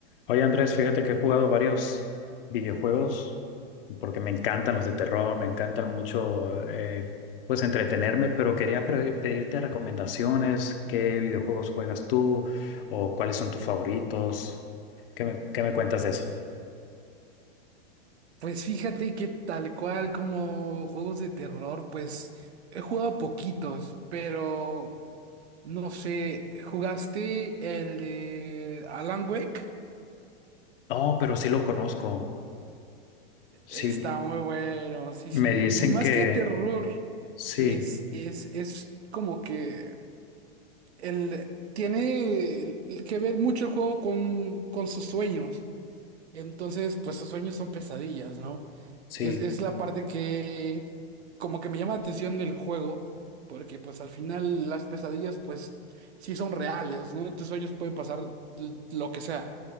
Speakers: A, on the left (about 60°); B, on the right (about 85°).
A: Oye Andrés, fíjate que he jugado varios videojuegos porque me encantan los de terror, me encantan mucho eh, pues entretenerme, pero quería pre- pedirte recomendaciones, qué videojuegos juegas tú o cuáles son tus favoritos, ¿qué me, qué me cuentas de eso?
B: Pues fíjate que tal cual como juegos de terror, pues he jugado poquitos, pero no sé, ¿jugaste el de Alan Wake?
A: No, pero sí lo conozco, sí,
B: Está muy bueno, sí,
A: me
B: sí.
A: dicen
B: Más
A: que
B: que terror,
A: sí,
B: es, es, es como que el, tiene que ver mucho el juego con, con sus sueños. Entonces, pues sus sueños son pesadillas, ¿no?
A: sí,
B: Es, es la parte que como que me llama la atención del juego, porque pues al final las pesadillas pues sí son reales, ¿no? Tus sueños pueden pasar l- lo que sea,